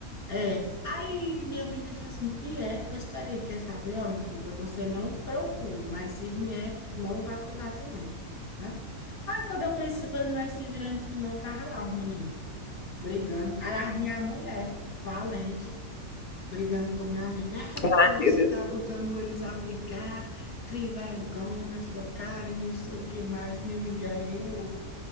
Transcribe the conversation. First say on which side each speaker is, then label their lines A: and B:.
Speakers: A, on the left; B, on the left.
A: É, aí minha amiga disse assim, e é? Pois espera aí, quer saber? Ó, meu filho, pois você não procure, mas se vier, não vá coisar também, né? Aí quando eu pensei, quando nós se viramos que não, tava lá os meninos brigando. Aí lá vinha a mulher, valente. brigando com minha amiga. É porque
B: Ai,
A: você
B: meu Deus.
A: tá botando eles a brigar, cria vergonha na sua cara e não sei o que mais, minha amiga, eu.